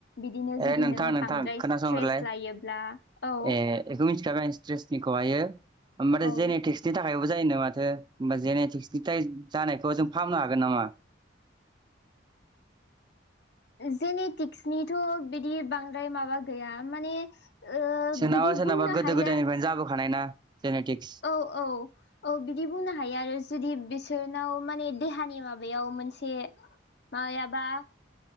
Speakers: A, on the left; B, on the right.
A: बिदिनो जुदि
B: ए नोंथां
A: नोङो
B: नोंथां
A: बांद्राय
B: खोनासंग्रोलाय
A: स्ट्रेस लायोब्ला औ।
B: ए बेखौ मिथिखाबाय आं स्ट्रेसनिखौहायो ओमफ्राय
A: औ
B: जेनेटिक्स नि थाखायबो जायोनो माथो होमबा जेनेटिक्सनि जानायखौ जों फाहामनो हागोन नामा?
A: जेनेटिक्सनिथ' बिदि बांद्राय माबा गैया माने ओ
B: सोरनाबा
A: बिदि
B: सोरनाबा
A: बुंनो
B: गोदो
A: हाया
B: गोदायनिफ्रायनो जाबोखानाय ना जेनेटिक
A: औ औ औ बिदि बुंनो हायो आरो जुदि बिसोरनाव माने देहानि माबायाव मोनसे मायाबा